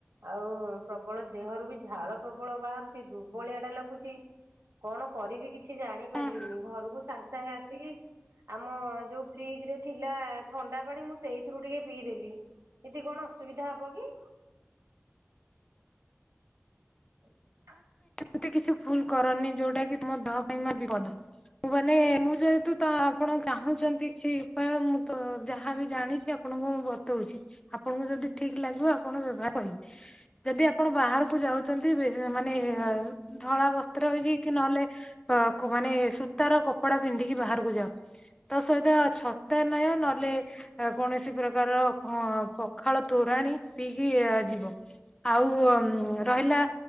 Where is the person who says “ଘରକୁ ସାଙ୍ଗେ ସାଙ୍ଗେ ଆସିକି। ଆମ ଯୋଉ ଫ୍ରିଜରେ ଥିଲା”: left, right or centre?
Right